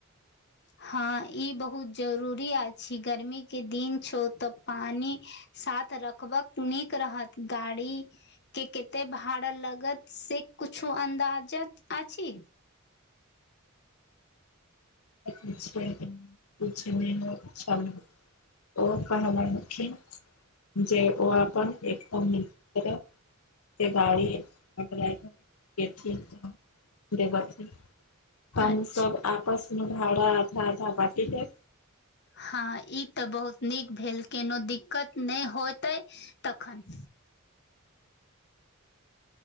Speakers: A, on the left; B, on the left.
A: हँ इ बहुत जरूरी अछि गर्मी के दिन छो तऽ पानी साथ रखबक नीक रहत गाड़ी के केते भाड़ा लगत से कुछु अन्दाजत अछि?
B: तर् तीच सम <inaudible> ओ कहलखिन जे ओ अपन ए कम्मी के गाड़ी रखलथि हें। के <unintelligible> हम
A: अच्छा
B: सब आपस भाड़ा आधा- आधा बांटि के
A: हँ इ त बहुत नीक भेल केनो दिक्कत नै होतै। तखन